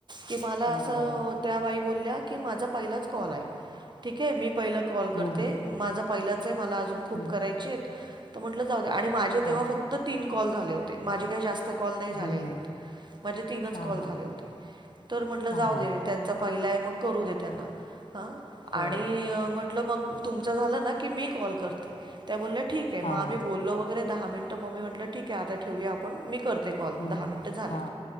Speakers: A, on the right; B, on the left.
A: की मला
B: हो
A: अस त्या बाई बोल्या की माझा पहिलाच कॉल आहे ठीके मी पहिला कॉल
B: हम्म
A: करते माझा पहिलाच आहे मला अजून खूप
B: हम्म
A: करायचीत तर म्हटलं जाऊ दे आणि माझे
B: हो
A: तेव्हा फ- -क्त तीन कॉल झाले होते माझे काही जास्त कॉल नाही
B: हम्म
A: झालेले माझे तीनच
B: हा
A: कॉल
B: हा
A: झाले होते तर म्हंटलं
B: हा
A: जाऊ
B: हा
A: दे त्यांचा पहिला आहे मग करू दे त्यांना ह
B: हो
A: आणि म्हटलं मग तुमचा झालं ना की मी कॉल करते त्या बोलल्या ठीक आहे
B: हा
A: मग आम्ही
B: हा
A: बोललो वगैरे दहा मिनिटं मग मी म्हटलं ठीक आहे आता ठेऊूया आपण मी करते कॉल
B: हम्म
A: दहा मिनिट झालेत.
B: हा